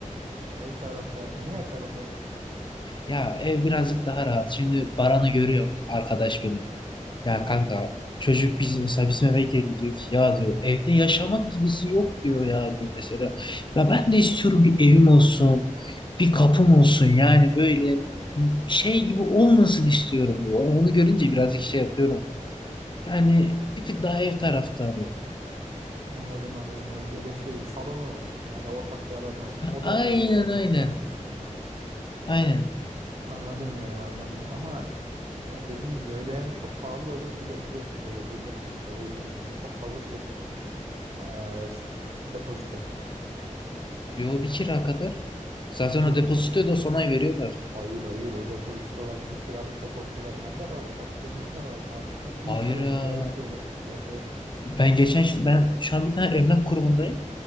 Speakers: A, on the right (about 50°); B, on the left (about 35°).
A: ev taraftarı. Niye ev taraftarı?
B: Ya ev birazcık daha rahat. Şimdi Baran'ı görüyor arkadaş benim. Ya kanka
A: Hı hı.
B: çocuk bizim mesela bizim eve geliyor ki ya diyor evde yaşamak gibisi yok diyor ya diyor mesela. Ya ben de istiyorum bir evim olsun. Bir kapım olsun yani böyle şey gibi olmasın istiyorum diyor. Onu görünce birazcık şey yapıyorum. Yani
A: Yani
B: bir tık daha ev taraftarıyım.
A: anladım anladım. Yani böyle şey salonu olsun. Hani ortak bir alanı olsun. Oda
B: Aynen
A: oda böyle herkes
B: aynen.
A: şey olmaz istiyorum.
B: Aynen.
A: Anladım ya anladım ama ya dediğim gibi öyle hem çok pahalı olur bir de biliyorsun böyle girmeden önce eve girmeden önce çok fazla şey istiyorlar. Ee, s- depozito.
B: Yo bir kira kadar. Zaten
A: Yok
B: o depozitoyu
A: bir ki.
B: da son ay veriyorlar.
A: Hayır hayır o depozitolar bir kiralık depozitolar nerede kaldı? Kaç yıl öncesinde kaldı? Artık iki
B: Hayır
A: üç aylık
B: ya.
A: kira istiyorlar. Evet evet.
B: Ben geçen ben şu an bir tane emlak grubundayım.